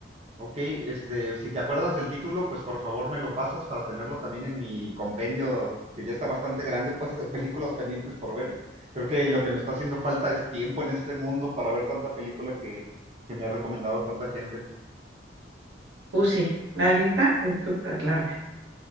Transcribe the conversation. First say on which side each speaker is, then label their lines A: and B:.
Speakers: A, on the right; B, on the right.
A: Ok, este, si te acuerdas del título, pues por favor me lo pasas para tenerlo también en mi compendio, que ya está bastante grande, <laughs> pues, de películas pendientes por ver. Creo que lo que me está haciendo falta es tiempo en este mundo para ver tanta película que, que me ha recomendado tanta gente.
B: Uh, sí, la lista es súper larga.